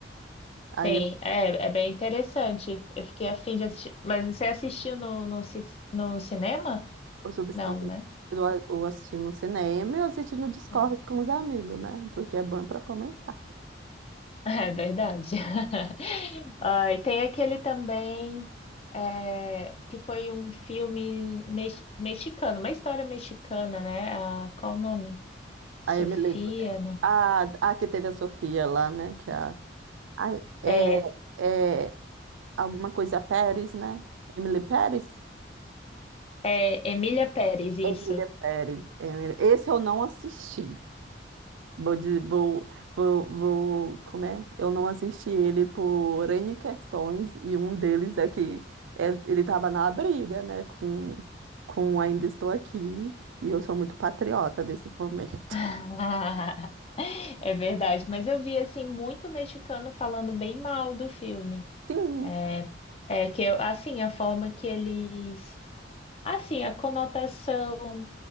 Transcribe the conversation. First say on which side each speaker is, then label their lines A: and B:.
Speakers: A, on the right; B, on the left.
A: Aí
B: tem.
A: eu,
B: É, é bem interessante. Eu fiquei afim de assistir. Mas você assistiu no, no, ci- no cinema?
A: eu substância
B: Não, né?
A: eu, a- eu assisti no cinema e eu assisti no Discord
B: Ah.
A: com os amigos, né? Porque é bom pra comentar.
B: É verdade. <laughs> Ai, tem aquele também é, que foi um filme mex- mexicano, uma história mexicana, né? Ah, qual o nome? Sofia,
A: Aí me lembro.
B: não.
A: Ah, ah, que teve a Sofia lá, né? Que é a, a- é,
B: É,
A: é alguma coisa Pérez, né? Emily Pérez?
B: é Emília Pérez, isso.
A: Emília Pérez. Emily- Esse eu não assisti. Vou, de- vou, vou, vou, como é? Eu não assisti ele por N questões, e um deles é que é- ele estava na briga, né, com, com Ainda Estou Aqui, e eu sou muito patriota nesse momento.
B: <laughs>
A: <laughs>
B: É verdade, mas eu vi assim muito mexicano falando bem mal do filme.
A: Sim,
B: É, é que eu- assim a forma que eles, assim a conotação.